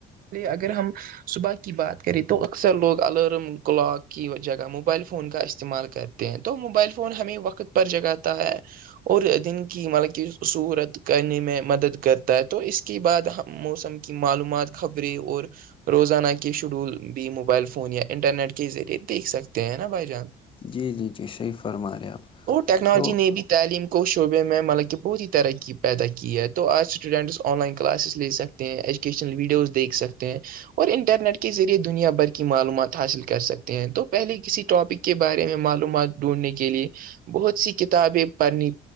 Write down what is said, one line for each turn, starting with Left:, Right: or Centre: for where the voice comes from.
Right: اگر ہم صبح کی بات کریں تو اکثر لوگ الارم کلاک کی جگہ موبائل فون کا استعمال کرتے ہیں تو موبائل فون ہمیں وقت پر جگاتا ہے اور دن کی مطلب کہ صورت کرنے میں مدد کرتا ہے تو اس کے بعد ہم موسم کہ معلومات خبریں اور روزانہ کے شیڈول بھی موبائل فون یا انٹرنیٹ کے ذریعے دیکھ سکتے ہیں نا بھائی جان
Left: جی جی جی صحیح فرما رہے آپ
Right: ٹیکنالوجی
Left: تو
Right: نے بھی تعلیم کو شعبے میں مطاک بہت ہی ترقی پیدا کی ہے تو آج اسٹوڈنٹس آن لائن کلاسز لے سکتے ہیں ایجوکیشنل ویڈیوز دیکھ سکتے ہیں اور انٹرنیٹ کے ذریعے دنیا بھر کی معلومات حاصل کر سکتے ہیں تو پہلے کسی ٹاپک کے بارے میں معلومات ڈھونڈنے کے لیے بہت سی کتابیں پڑھنی